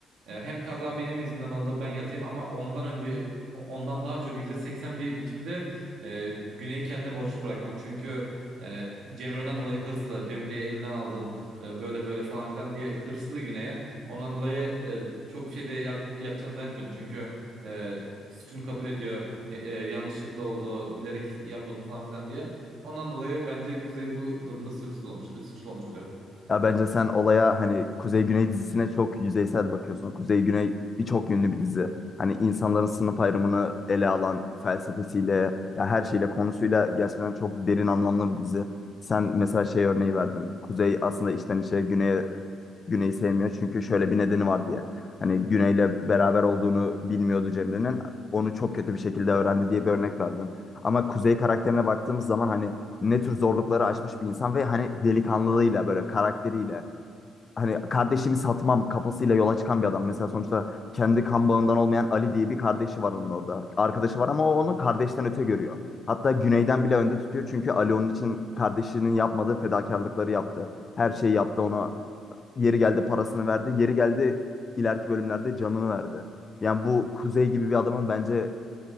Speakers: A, on the right; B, on the left.
A: e, hem kaza benim yüzümden oldu ben yatayım ama ondan önce ondan daha çok yüzde seksen bir biçimde e, Güney'i kendine borçlu bırakmak. Çünkü yani Cemre'den dolayı hırslı, Cemre'yi elinden aldın e, böyle böyle falan filan diye hırslı Güney'e. Ondan dolayı e, çok bir şey de yat, yapacağını zannetmedi. Çünkü e, suçunu kabul ediyor. Ne- e, yanlışlıkla oldu, bilerek yapmadım falan filan diye. Ondan dolayı bence Kuzey bu durumda suçsuz olmuş, e, suçlu olmuş oluyor.
B: Ya bence sen olaya hani Kuzey Güney dizisine çok yüzeysel bakıyorsun. Kuzey Güney birçok yönlü bir dizi. Hani insanların sınıf ayrımını ele alan felsefesiyle, ya her şeyle konusuyla gerçekten çok derin anlamlı bir dizi. Sen mesela şey örneği verdin. Kuzey aslında içten içe Güney'e Güney'i sevmiyor çünkü şöyle bir nedeni var diye. Hani Güney'le beraber olduğunu bilmiyordu Cemre'nin. Onu çok kötü bir şekilde öğrendi diye bir örnek verdin. Ama Kuzey karakterine baktığımız zaman hani ne tür zorlukları aşmış bir insan ve hani delikanlılığıyla böyle karakteriyle hani kardeşimi satmam kafasıyla yola çıkan bir adam. Mesela sonuçta kendi kan bağından olmayan Ali diye bir kardeşi var onun orada. Arkadaşı var ama o onu kardeşten öte görüyor. Hatta Güney'den bile önde tutuyor çünkü Ali onun için kardeşinin yapmadığı fedakarlıkları yaptı. Her şeyi yaptı ona. Yeri geldi parasını verdi. Yeri geldi ileriki bölümlerde canını verdi. Yani bu Kuzey gibi bir adamın bence